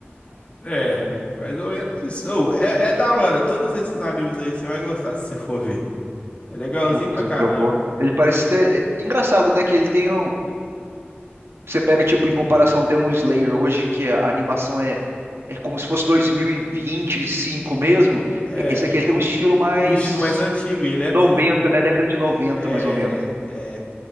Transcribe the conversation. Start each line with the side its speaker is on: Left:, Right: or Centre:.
Left: É, é, mais ou menos isso. Ô, é, é da hora. Todos esses animes aí você vai gostar se você for ver. É legalzinho
Right: Putz,
Left: pra caramba.
Right: eu vou. Ele parece ter. é Engraçado, né? Que ele tem um. Você pega, tipo, em comparação Demon Slayer hoje, que a animação é, é como se fosse 2025 mesmo.
Left: É,
Right: Esse aqui ele tem um estilo mais
Left: um estilo mais antigo e ele é
Right: 90,
Left: novo.
Right: né? Década de 90,
Left: É,
Right: mais ou menos.
Left: é.